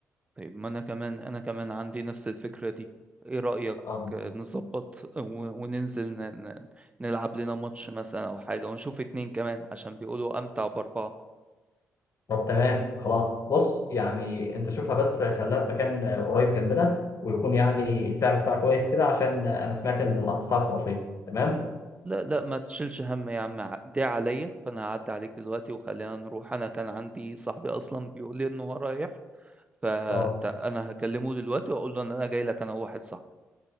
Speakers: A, on the right; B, on the left.
A: طيب ما انا كمان انا كمان عندي نفس الفكرة دي ايه رأيك
B: آه.
A: آه، نظبط و- وننزل ن- ن- نلعب لنا ماتش مثلا او حاجة ونشوف اتنين كمان عشان بيقولوا امتع باربعة
B: طب تمام خلاص بص يعني أنت شوفها بس خليها في مكان آه، قريب جنبنا ويكون يعني سعر الساعة كويس كده عشان أنا سمعت إن الأسعار خرافية تمام؟
A: لا لا ما تشيلش هم يا عم ع- دي عليا فانا هعدي عليك دلوقتي وخلينا نروح انا كان عندي صاحبي اصلا بيقول لي انه هو رايح فانا
B: اه
A: هكلمه دلوقتي واقول له ان انا جاي لك انا وواحد صاحبي